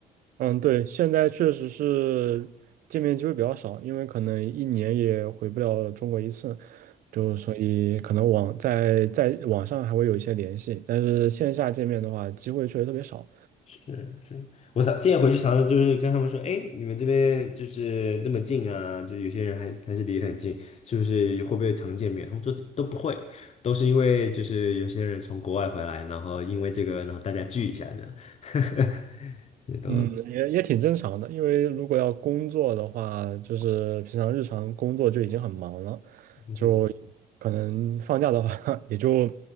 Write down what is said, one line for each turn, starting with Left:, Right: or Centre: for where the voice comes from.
Right: 嗯，对，现在确实是见面机会比较少，因为可能一年也回不了中国一次，就所以可能网在在网上还会有一些联系，但是线下见面的话，机会确实特别少。
Left: 是是，我想，建议回去常常就是跟他们说，哎，你们这边就是那么近啊，就有些人还还是离得很近，是不是会不会常见面？他们说都不会，都是因为就是有些人从国外回来，然后因为这个，然后大家聚一下这样，<laughs> 也都
Right: 嗯，也也挺正常的，因为如果要工作的话，就是平常日常工作就已经很忙了，
Left: 嗯哼
Right: 就可能放假的话 <laughs>，也就